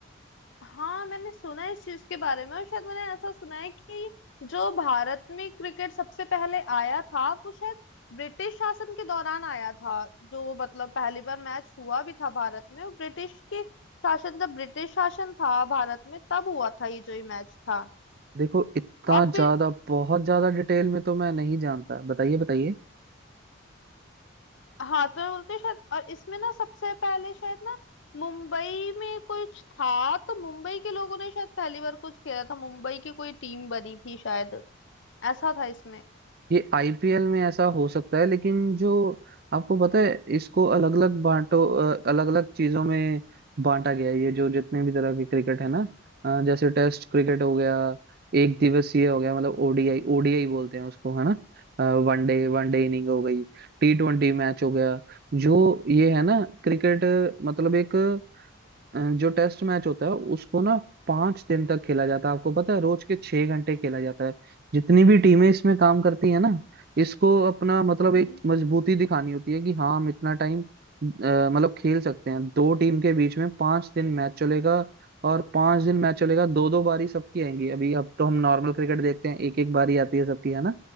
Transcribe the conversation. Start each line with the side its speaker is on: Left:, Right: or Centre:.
Left: हाँ मैंने सुना है इस चीज के बारे में और शायद मैंने ऐसा सुना है कि जो भारत में क्रिकेट सबसे पहले आया था वो शायद ब्रिटिश शासन के दौरान आया था जो मतलब पहली बार मैच हुआ भी था भारत में वो ब्रिटिश के शासन जब ब्रिटिश शासन था भारत में तब हुआ था ये जो ये मैच था
Right: देखो इतना
Left: और फिर
Right: ज्यादा बहुत ज्यादा डिटेल में तो मैं नहीं जानता बताइए बताइए
Left: हाँ तो मैं बोलते हैं शायद और इसमें ना सबसे पहले शायद ना मुंबई में कुछ था तो मुंबई के लोगों ने शायद पहली बार कुछ खेला था मुंबई की कोई टीम बनी थी शायद ऐसा था इसमें
Right: ये आईपीएल में ऐसा हो सकता है लेकिन जो आपको पता है इसको अलग अलग बांटो अलग अलग चीजों में बांटा गया है ये जो जितने भी तरह की क्रिकेट है ना अ, जैसे टेस्ट क्रिकेट हो गया एक दिवसीय हो गया मतलब ओडीआई ओडीआई बोलते हैं उसको है ना वनडे वनडे इनिंग हो गई टी ट्वेंटी मैच हो गया जो ये है ना क्रिकेट मतलब एक अ, जो टेस्ट मैच होता है उसको ना पांच दिन तक खेला जाता है आपको पता है रोज के छह घंटे खेला जाता है जितनी भी टीमें इसमें काम करती है ना इसको अपना मतलब
Left: हम्म
Right: एक मजबूती दिखानी होती है कि हाँ हम इतना टाइम मतलब खेल सकते हैं दो टीम के बीच में पांच दिन मैच चलेगा और पांच दिन मैच चलेगा दो दो बारी सबकी आएंगी अभी अब तो हम नॉर्मल क्रिकेट देखते हैं एक एक बारी आती है सबकी है ना